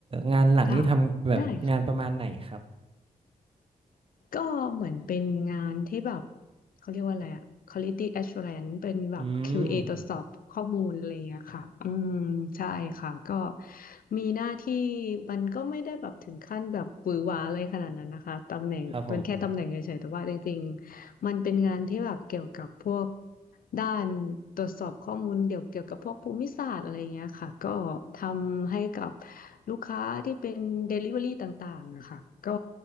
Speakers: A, on the right (about 40°); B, on the left (about 80°).
A: งานหลักนี่ทำแบบงานประมาณไหนครับ
B: ค่ะได้ค่ะ ก็เหมือนเป็นงานที่แบบเขาเรียกว่าอะไรอะ Quality Assurance เป็นแบบ
A: อื
B: QA
A: ม
B: ตรวจสอบข้อมูลอะไรอย่างเงี้ยค่ะอืมใช่ค่ะก็มีหน้าที่มันก็ไม่ได้แบบถึงขั้นแบบหวือหวาอะไรขนาดนั้นนะคะตำแหน่งเป็นแค่ตำแหน่งเฉยๆแต่ว่าจริงๆ
A: ครับผม
B: มันเป็นงานที่แบบเกี่ยวกับพวกด้านตรวจสอบข้อมูลเกี่ยวเกี่ยวกับพวกภูมิศาสตร์อะไรเงี้ยค่ะก็ทำให้กับลูกค้าที่เป็น Delivery ต่างๆอะค่ะก็